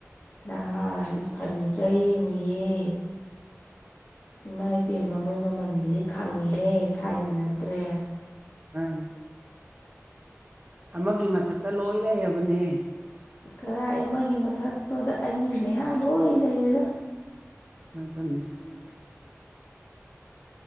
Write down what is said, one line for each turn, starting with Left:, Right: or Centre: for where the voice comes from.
Left: ꯅꯍꯥꯟ ꯐꯔꯅꯤꯆꯔ ꯌꯦꯡꯉꯨꯏꯌꯦ ꯏꯃꯥꯏ ꯄꯦꯝꯃ ꯃꯣꯏ ꯃꯃꯜꯕꯨꯗꯤ ꯈꯪꯉꯤꯍꯦ ꯊꯥꯏꯅ ꯅꯠꯇ꯭ꯔꯦ
Right: ꯎꯝ ꯑꯃꯒꯤ ꯃꯊꯛꯇ ꯂꯣꯏ ꯂꯩꯔꯕꯅꯦ
Left: ꯀꯔꯥꯏ ꯑꯃꯒꯤ ꯃꯊꯛꯅꯣꯗ ꯑꯅꯤ ꯃꯌꯥ ꯂꯣꯏ ꯂꯩꯔꯦꯗ
Right: ꯑꯗꯨꯅꯤ
Left: ꯗꯨꯅꯤ